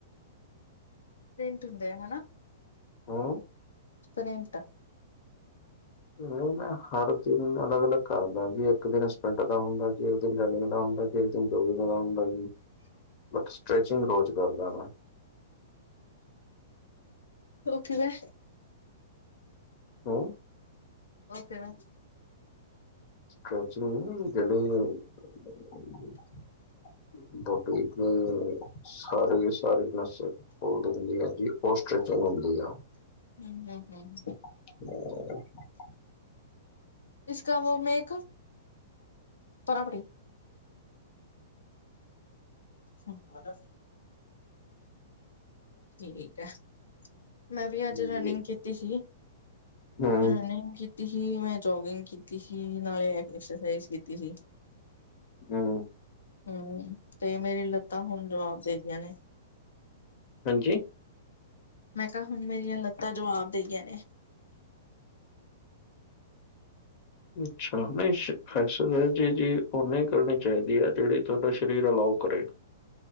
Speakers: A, on the left (about 75°); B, on the left (about 45°).
A: ਪ੍ਰਿੰਟ ਹੁੰਦੇ ਹਨਾ।
B: ਹਾਂ।
A: ਪ੍ਰਿੰਟ।
B: ਨਹੀਂ ਮੈਂ ਹਰ ਦਿਨ ਅਲੱਗ-ਅਲੱਗ ਕਰਦਾ ਜੀ, ਇੱਕ ਦਿਨ ਸਪਿੰਟ ਦਾ ਹੁੰਦਾ, ਜੇ ਇੱਕ ਦਿਨ ਰਨਿੰਗ ਦਾ ਹੁੰਦਾ ਜੇ। ਹੁੰਦਾ ਵਾਲਾ ਹੀ ਬਟ ਸਟ੍ਰੈਚਿੰਗ ਰੋ ਕਰਦਾ ਵਾਂ।
A: ਰੁੱਖ ਗਏ
B: ਹਾਂ!
A: ਓ ਕਿਵੇਂ?
B: ਸ੍ਰੋਚ ਗੜ <unintelligible> ਪਬਲਿਕ ਨੇ ਸਾਰੇ-ਸਾਰੇ ਨੱਸੇ ਹੋਲਡ ਰਹਿੰਦੀ ਆ ਜੀ ਉਹ ਸਟ੍ਰਚਿੰਗ ਹੁੰਦੀ ਆ।
A: ਹੂ, ਹੂ, ਹੂ
B: <inaudible>
A: ਇਸ ਕਾ ਵੀ ਮੇਕ, ਤਰਾਪੜੀ ਹੂ, ਸ਼ਦੱਸ ਠੀਕ ਐ, ਮੈ ਵੀ ਅੱਜ ਰਨਿੰਗ
B: ਜੀ,
A: ਕੀਤੀ ਸੀ।
B: ਹੂੰ
A: ਰਨਿੰਗ ਕੀਤੀ ਸੀ, ਮੈ ਜੋਗਿੰਗ ਕੀਤੀ ਸੀ, ਨਾਲੇ ਐਕਸਰਸਾਈਜ਼ ਕੀਤੀ ਸੀ।
B: ਹੂੰ।
A: ਹੂੰ ਤੇ ਮੇਰੀ ਲੱਤਾਂ ਹੁਣ ਜਵਾਬ ਦੇ ਗਈਆਂ ਨੇ।
B: ਹਾਂਜੀ!
A: ਮੈ ਕਿਹਾ ਹੁਣ ਮੇਰੀਆਂ ਲੱਤਾਂ ਜਵਾਬ ਦੇ ਗਈਆਂ ਨੇ।
B: ਅੱਛਾ, ਨਹੀ ਐਕਸਾਈਜ਼ ਜੀ ਓਨੀ ਕਰਨੀ ਚਾਹੀਦੀ ਆ ਜਿਹੜੀ ਤੁਹਾਡਾ ਸਰੀਰ ਅਲਾਓ ਕਰੇ।